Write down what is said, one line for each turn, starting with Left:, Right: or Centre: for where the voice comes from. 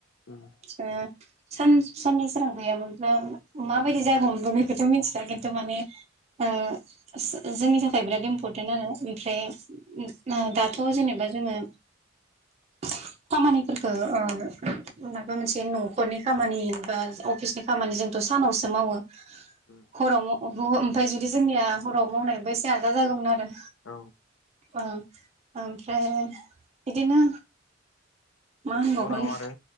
Left: उम
Right: ओ सान साननि सोरां गैयामोनब्ला माबायदि जागौमोनबो बेखौथ' मिथिला खिन्थु माने ओ जो-जोंनि थाखाय बिराद इम्परटेन्ट आरो ओमफ्राय ओ दाथ' जेनेबा जोङो खामानिफोरखौ ओ माबा मोनसे न'खरनि खामानि बा अफिसनि खामानि जोंथ' सानावसो मावो।
Left: उम
Right: हराव माव ओमफ्राय जुदि जोंनिया हराव मावनायबा एसे आलदा जागौमोन आरो।
Left: औ
Right: अ ओमफ्राय बिदिनो मा होनबावगोन
Left: हराव आरो